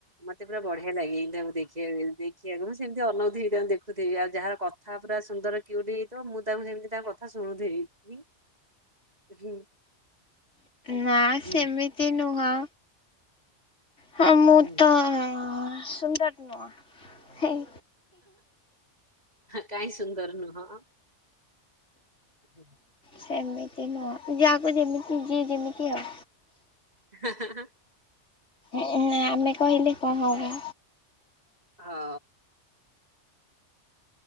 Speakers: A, on the right; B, on the left.
A: ମତେ ପୁରା ବଢିଆ ଲାଗେ ତାଙ୍କୁକୁ ଦେଖିବାକୁ ଦେଖିବାକୁ ମୁଁ ସେମତି ଅନଉଥିବି ତାଙ୍କୁ ଦେଖୁଥିବି ଆଉ ଯାହା କଥା ପୁରା ସୁନ୍ଦର କିୟୁଟ୍ ହେଇଥିବ ମୁଁ ତାଙ୍କୁ ସେମିତି ତାଙ୍କ କଥା ଶୁଣୁଥିବି। ହୁଁ।
B: ନାଁ
A: ହୁଁ
B: ସେମିତି ନୁହଁ। ହଁ ମୁଁ
A: ହୁଁ।
B: ତ ସୁନ୍ଦର ନୁଅ ହେଇ
A: କାଇଁ ସୁନ୍ଦର ନୁହଁ? ହୁଁ।
B: ସେମିତି ନୁହଁ ଯାହାକୁ ଯେମିତି ଯିଏ ଯେମିତି ଆଉ।
A: ହଁ ହଁ ହଁ
B: ଏ ନାଁ ଆମେ କହିଲେ କଁ ହବ?
A: ହଁ।